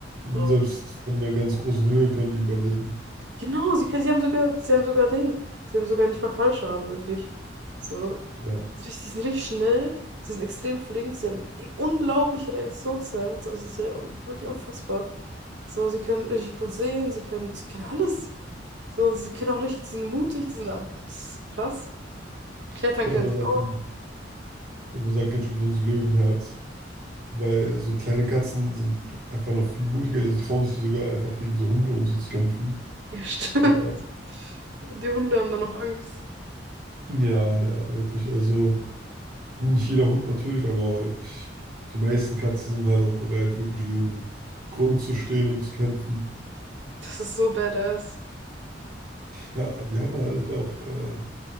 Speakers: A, on the right; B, on the right.
A: So.
B: Selbst von einer ganz großen Höhe können die überleben.
A: Genau, sie können, sie haben sogar, sie haben sogar Ding. Sie haben sogar nicht mal Fallschaden, wirklich. So,
B: Ja. <laughs>
A: richtig- die sind richtig schnell, sie sind extrem flink, sie haben eine unglaubliche Reaktionszeit. So, das ist ja un- wirklich unfassbar. So, sie können richtig gut sehen, sie können, sie können alles. So, sie können auch richtig, sie sind mutig, die sind a- das ist krass. Klettern
B: Ja,
A: können
B: man
A: sie
B: sagt,
A: auch.
B: ja, man sagt nicht umsonst Löwenherz. Wobei so kleine Katzen sind einfach noch viel mutiger. Sie trauen sich sogar einfach gegen so Hunde und so zu kämpfen.
A: Ja, <laughs> stimmt.
B: Äh,
A: Und die Hunde haben dann noch Angst.
B: ja, ja, wirklich. Also nicht jeder Hund natürlich, aber ich, die meisten Katzen sind halt auch bereit, wirklich ihren Grund zu stehen und zu kämpfen.
A: Das ist so badass.
B: Ja, die haben halt auch äh,